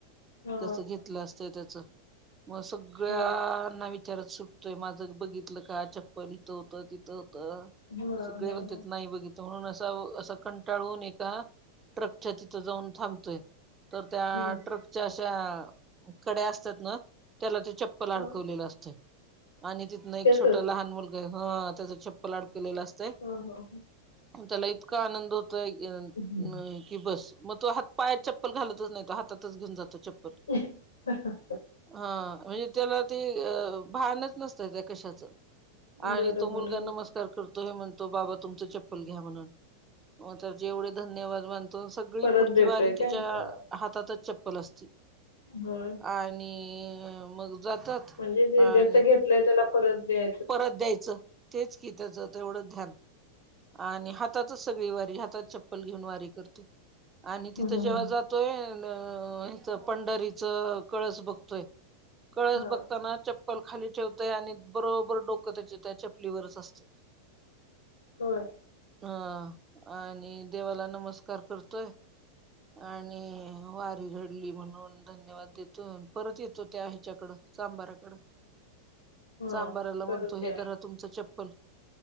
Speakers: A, on the left; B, on the right.
A: हा
B: त्याचं घेतलं असतंय त्याचं मग सगळ्यांना
A: होय
B: वि चारत सुटतोय माझं बघितलं का चप्पल? इथं होतं तिथं होतं.
A: हा हा
B: सगळे
A: हा
B: म्हणत्यात नाही बघि तो म्हणून असा असा कंटाळून एका ट्रकच्या तिथं जाऊन थांबतोय. तर त्या
A: हम्म
B: ट्रकच्या अशा कड्या असतात ना? त्याला तो चप्प ल अडकवलेलं
A: हा
B: असतोय आणि तिथनं एक
A: त्याचच
B: छोट लहान मुलगा हं त्याचं चप्पल अडकवलेलं अस
A: हं हं.
B: त्याला इतका आनंद होतोय <unintelligible>
A: हम्म
B: की बस मग तो हातपायात चप्पल घालतच नाही तो हातातच घेऊन जातो चप्पल.
A: <inaudible>
B: हां म्हणजे त्याला ते अ भानच नसतंय का कशाचं आणि
A: बरोबर
B: तो मुलगा नमस्कार करतो हे म्हणतो बाबा तुमचं चप्पल घ्या म्हणून. मग त्याचे एवढे धन्यवाद मानतो सगळी
A: परत
B: पुढची
A: देतोय
B: वारी तिच्या
A: काय हा
B: हातातच चप्पल असते.
A: होय
B: आणि मग जातात
A: म्हणजे जे
B: आणि
A: ज्याच घेतलंय त्याला परत दे.
B: परत द्यायचं तेच की त्याचं तेवढंच ध्यान. आणि हातातच सगळी वारी हातात चप्पल घेऊन करते आणि तिथं
A: हम्म
B: जेव्हा जात तोय अ ह्याच पंढरीचा कळस बघतोय. कळस
A: हा
B: बघताना चप्पल खाली ठेवते आणि बरोबर डोकं त्याचे त्या चपलीवरच असते.
A: होय.
B: ह आणि देवाला नमस्कार करतो तोय आणि वारी घडली म्हणून धन्यवाद देतो परत येतो त्या हेच्याकडं चांबाराकड
A: हा
B: चांबाराला
A: करून
B: म्हणतो
A: द्या
B: हे धरा तुमच चप्पल